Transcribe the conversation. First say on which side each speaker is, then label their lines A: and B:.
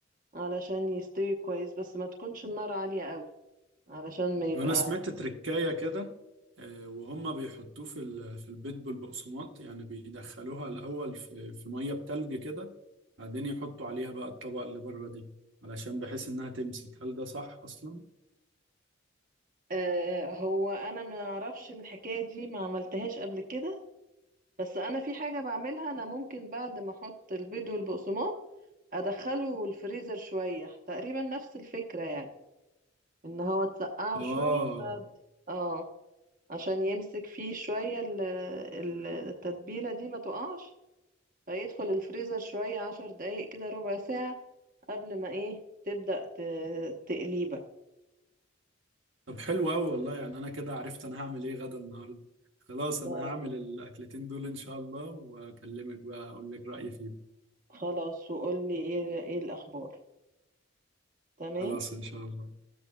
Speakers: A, on the right; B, on the right.
A: علشان يستوي كويس بس ما تكونش النار عالية قوي علشان ما يبقى
B: وانا سمعت تركاية كده آه، وهم بيحطوه في ال- في البيت بالبقسماط يعني بيدخلوها الاول في في ميه بتلج كده بعدين يحطوا عليها بقى الطبقه اللي بره دي علشان بحيث انها تمسك هل ده صح اصلا
A: آه هو انا ما اعرفش الحكاية دي ما عملتهاش قبل كده بس انا في حاجة بعملها انا ممكن بعد ما احط البيض والبقسماط ادخله الفريزر شوية تقريبا نفس الفكرة يعني ان هو تسقعه
B: اه
A: شوية بعد اه عشان يمسك فيه شوية ال- ال- التتبيلة دي ما تقعش فيدخل الفريزر شوية عشر دقايق كده ربع ساعة قبل ما ايه تبدأ ت- تقليه بقى
B: طب حلو قوي والله يعني انا كده عرفت انا هعمل ايه غدا النهارده خلاص
A: طيب
B: انا هعمل الاكلتين دول ان شاء الله واكلمك بقى اقول لك رايي فيهم
A: خلاص وقول لي ايه ايه الأخبار تمام
B: خلاص ان شاء الله